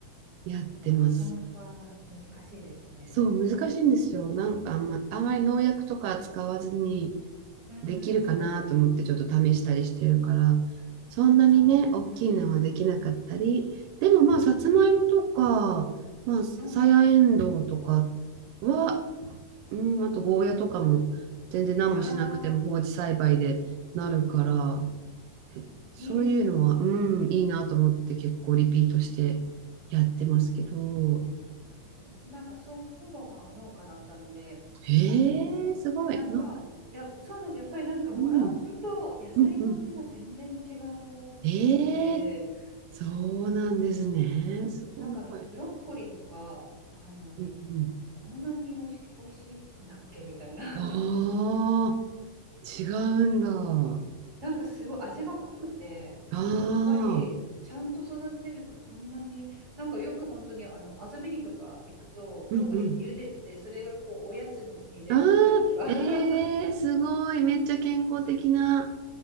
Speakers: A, on the right; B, on the right.
A: やってます。
B: そっか、なかなか難しいですね。
A: そう、難しいんですよ。なんかあんま、あまり農薬とか使わずに、
B: うんうんうんうん。
A: できるかなと思ってちょっと試したりしてるから、そんなにね、
B: そうなんですよね。
A: 大きいのはできなかったり、でもまあ、さつまいもとか、まあ、さやえんどうとかは、
B: うんうんうん。
A: うん、あとゴーヤとかも全然何もしなくても放置栽培でなるから、
B: ああ、
A: そういうのは、
B: いいですよね。
A: うん、いいなと思って結構リピートしてやってますけど、
B: そうですよね。うちなんか祖父母が農家だったので、
A: えー、
B: あの、
A: すごい。
B: なんか、
A: の、
B: いや、そうなんです。やっぱりなんかもらうと野菜の味が全然違ってて、
A: うん、うん、うん。えー、そうなんですね。すごい。
B: なんかあのブロッコリーとか、あの、
A: うんうん。
B: こんなに美味しき、美味しいんだっけみたいな。
A: ああ、違うんだ。あ
B: なんかすごい味が濃くて、なんかやっぱりちゃんと育てるとこんなに、
A: あ、
B: なんかよく本当にあの遊びにとか行くと、ブロッコリー茹でて、
A: うんうん。
B: それがこうおやつにに出るたりとか、
A: ああ、
B: <laughs>
A: ええすごい。めっちゃ健康的な